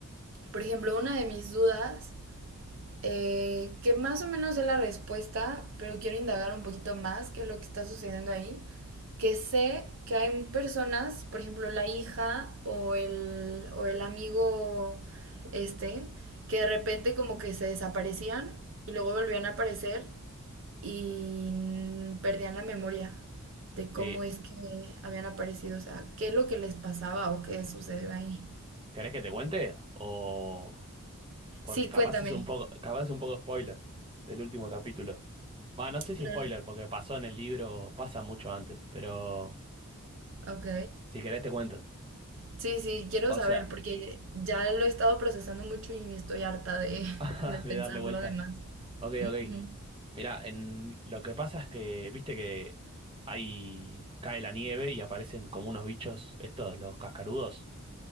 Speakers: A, on the right (about 55°); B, on the right (about 25°).
A: por ejemplo, una de mis dudas eh, que más o menos es la respuesta, pero quiero indagar un poquito más qué es lo que está sucediendo ahí, que sé que hay personas, por ejemplo, la hija o el, o el amigo este, que de repente como que se desaparecían y luego volvían a aparecer y perdían la memoria de cómo
B: Sí.
A: es que habían aparecido, o sea, qué es lo que les pasaba o qué sucedió ahí.
B: ¿Querés que te cuente? O. Porque
A: Sí,
B: capaz
A: cuéntame.
B: es un poco, capaz es un poco spoiler del último capítulo. Va, no sé si
A: No.
B: spoiler, porque pasó en el libro, pasa mucho antes, pero
A: Ok.
B: si querés te cuento.
A: Sí, sí, quiero
B: O
A: saber
B: sea,
A: porque ya lo he estado procesando mucho y estoy harta de, <laughs>
B: <laughs>
A: de pensar
B: de darle vueltas.
A: lo demás.
B: Ok,
A: Ujú.
B: ok. Mira, en lo que pasa es que, viste que ahí cae la nieve y aparecen como unos bichos, estos, los cascarudos.